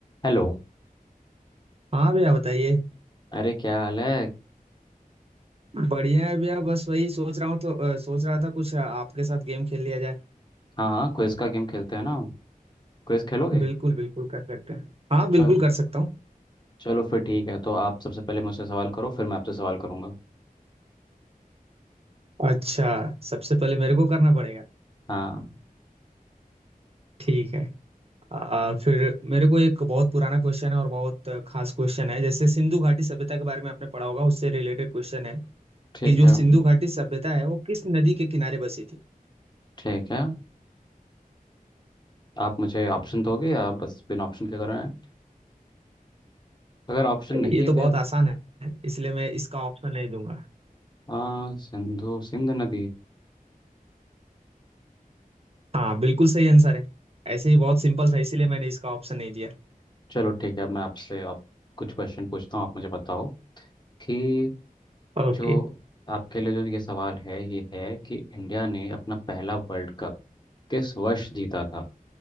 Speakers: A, on the left; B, on the right.
A: Hello
B: हाँ भैया बताइए
A: अरे क्या हाल है
B: बढ़िया है भैया बस वही सोच रहा हूँ तो अ, सोच रहा था कुछ आपके साथ गेम खेल लिया जाए
A: हाँ हाँ क्विज का गेम खेलते हैं ना क्विज खेलोगे
B: बिल्कुल बिल्कुल कर सकते हैं हाँ बिल्कुल
A: चल
B: कर सकता हूँ
A: चलो फिर ठीक है तो आप सबसे पहले मुझसे सवाल करो फिर मैं आपसे सवाल करूँगा
B: अच्छा सबसे पहले मेरे को करना पड़ेगा
A: हाँ
B: ठीक है आ, फिर मेरे को एक बहुत पुराना क्वेश्चन है और बहुत खास क्वेश्चन है जैसे सिंधु घाटी सभ्यता के बारे में आपने पढ़ा होगा उससे रिलेटेड क्वेश्चन है
A: ठीक
B: कि जो
A: है
B: सिंधु घाटी सभ्यता है वो किस नदी के किनारे बसी थी
A: ठीक है आप मुझे ऑप्शन दोगे या बस बिना ऑप्शन के कर रहे हैं अगर ऑप्शन नहीं
B: ये तो
A: दे
B: बहुत आसान है इसलिए मैं इसका ऑप्शन नहीं दूंगा
A: आ, सिंधु सिंध नदी
B: हाँ बिल्कुल सही आंसर है ऐसे ही बहुत सिंपल था इसीलिए मैंने इसका ऑप्शन नहीं दिया
A: चलो ठीक है मैं आपसे आप कुछ क्वेश्चन पूछता हूँ आप मुझे बताओ कि
B: ओके
A: जो आपके लिए जो ये सवाल है ये है कि इंडिया ने अपना पहला वर्ल्ड कप किस वर्ष जीता था